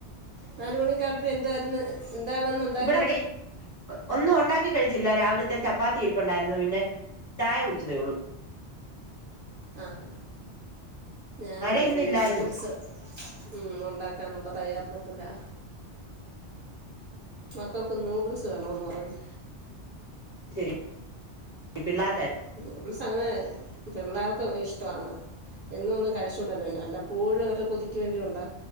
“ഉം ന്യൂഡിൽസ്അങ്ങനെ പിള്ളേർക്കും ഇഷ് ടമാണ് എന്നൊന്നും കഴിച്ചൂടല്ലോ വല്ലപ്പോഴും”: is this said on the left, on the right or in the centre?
Right